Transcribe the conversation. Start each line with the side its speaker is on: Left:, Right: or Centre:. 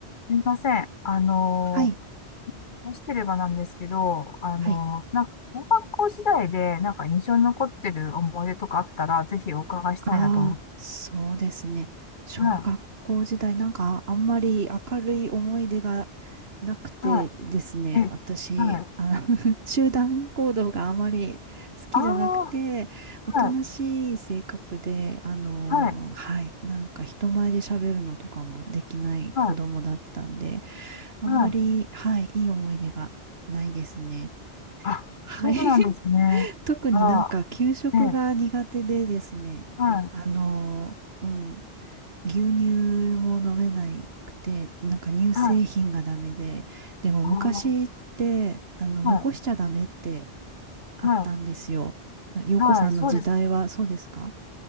Left: すみません。あのー、
Right: はい、
Left: よろしければなんですけど、あのー、
Right: はい。
Left: なんか、小学校時代で、なんか印象に残ってる思い出とかあったら、ぜひお伺いしたいなと思って。
Right: ああ、そうですね。小学校時代、
Left: は
Right: なんかあんまり明るい思い出がなくてですね、
Left: い、はい、え、
Right: 私、
Left: はい。
Right: あの <laughs> 集団行動があまり好きじゃなくて、
Left: ああ、
Right: おとなしい性格で、
Left: はい、
Right: あの、
Left: はい、
Right: はい、なんか人前で喋るのとかもできない子供だったんで、
Left: はい、
Right: あんまり、
Left: はい。
Right: はい、いい思い出がないですね。
Left: あ、
Right: はい。
Left: そうなんですね。
Right: 特になんか給食が苦手でですね、
Left: あら、え、はい、
Right: あの、うん、牛乳も飲めないくて、なんか乳製品がダメで、
Left: はい、
Right: でも昔って、
Left: ああ、は
Right: あの、
Left: い、
Right: 残しちゃダメってあったんですよ。
Left: は
Right: 洋子さんの時代はそうですか
Left: い、はい、そうですね。